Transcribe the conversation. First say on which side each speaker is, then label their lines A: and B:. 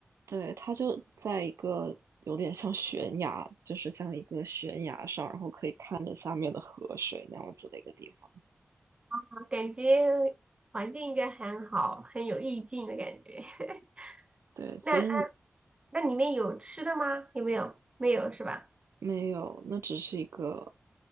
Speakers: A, on the right; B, on the right.
A: 对，他就在一个有点像悬崖，就是像一个悬崖上，然后可以看着下面的河水那样子的一个地方，
B: 我感觉环境应该很好，很有意境的感觉。<laughs>
A: 对，所以
B: 那那那里面有吃的吗？有没有？没有是吧？
A: 没有，那只是一个